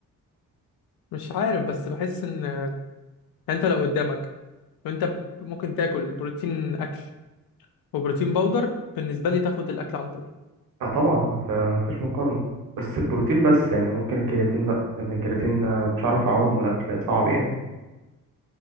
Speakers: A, on the left; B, on the right.
A: مش عارف بس بحس ان آه، انت لو قدامك انت ب- ممكن تاكل بروتين اكل وبروتين باودر بالنسبة لي تاخد الاكل على طول
B: لا طبعا ما ف- ما فيش مقارنة بس البروتين بس يعني ممكن الكرياتين لا لأن الكرياتين آه، مش عارف أعوضه من الأكل صعب يعني